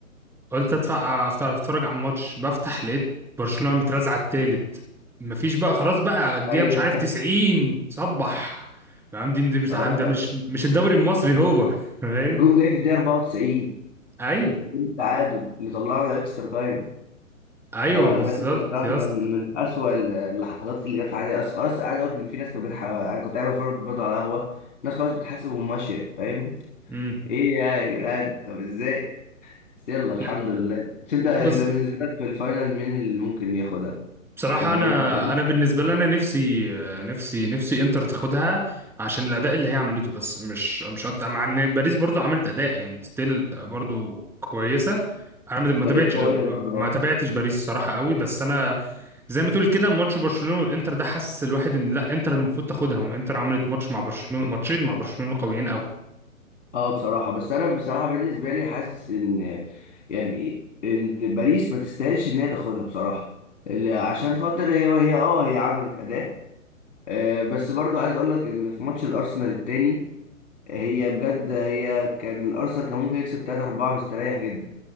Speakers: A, in the centre; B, on the left (about 60°).
A: قلت أدفع أفتح أتفرج على الماتش بفتح لقيت برشلونة مترازعة التالت مفيش بقى خلاص بقى الدقيقة
B: أيوه
A: مش عارف 90 صبح يا عم دي دي مش
B: خلاص
A: ده
B: بقى
A: مش مش الدوري المصري هو فاهم
B: الجون جاي في الدقيقة 94
A: ايوه
B: الجون التعادل اللي طلعنا إكسترا تايم
A: ايوه
B: فده
A: بالظبط
B: كان بصراحة
A: يا
B: كان
A: اسطى
B: من أسوأ ال- اللحظات اللي جت في حياتي أصل خلاص عايز أقول لك إن في ناس كانت بتح... أنا كنت قاعد بفرج برضه على قهوة ناس خلاص بتحاسب وماشية فاهم
A: امم
B: إيه يا جدعان طب إزاي بس يلا الحمد
A: لا
B: لله بس انت انت
A: بس
B: بالنسبه لك في الفاينل مين اللي ممكن ياخدها
A: بصراحه
B: الباريس
A: انا
B: باريس
A: انا بالنسبه لي انا نفسي نفسي نفسي انتر تاخدها عشان الاداء اللي هي عملته بس مش مش اكتر مع ان باريس برضو عملت اداء يعني ستيل برضو كويسه انا ما
B: باريس
A: ما تابعتش
B: قويه برضه
A: ما
B: اه
A: تابعتش باريس الصراحه قوي بس انا زي ما تقول كده ماتش برشلونه والانتر ده حسس الواحد ان لا انتر المفروض تاخدها وانتر عملت ماتش مع برشلونه ماتشين مع برشلونه قويين قوي
B: اه بصراحه بس انا بصراحه بالنسبه لي حاسس ان يعني ان باريس ما تستاهلش ان هي تاخدها بصراحه ال- عشان خاطر هي هي اه هي عملت اداء آه بس برضه عايز اقول لك ان في ماتش الارسنال التاني هي بجد هي كان الارسنال كان ممكن يكسب 3 4 مستريح جدا